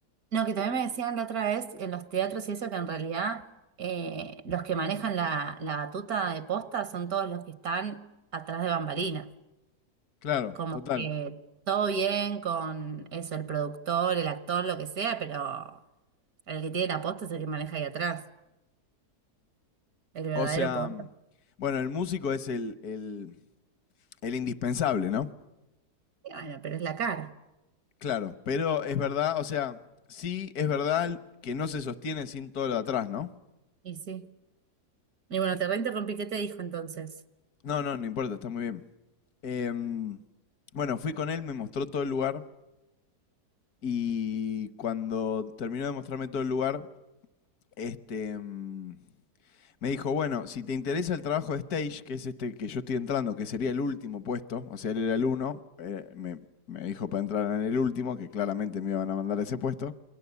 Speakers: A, on the right (about 65°); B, on the left (about 70°).
A: no, que también me decían la otra vez en los teatros y eso que en realidad eh, los que manejan la, la batuta de posta son todos los que están atrás de bambalinas.
B: Claro,
A: Como
B: total.
A: que todo bien con eso, el productor, el actor, lo que sea, pero el que tiene la posta es el que maneja ahí atrás. El verdadero
B: O sea,
A: poder.
B: bueno, el músico es el, el, el indispensable, ¿no?
A: Y Bueno, pero es la cara.
B: Claro, pero es verdad, o sea, sí es verdad que no se sostiene sin todo lo de atrás, ¿no?
A: Y sí. Y bueno, te reinterrumpí. ¿Qué te dijo entonces?
B: No, no, no importa, está muy bien. Em, bueno, fui con él, me mostró todo el lugar Y cuando terminó de mostrarme todo el lugar, este, mm, me dijo, bueno, si te interesa el trabajo de stage, que es este que yo estoy entrando, que sería el último puesto, o sea, él era el uno, eh, me, me dijo para entrar en el último, que claramente me iban a mandar a ese puesto,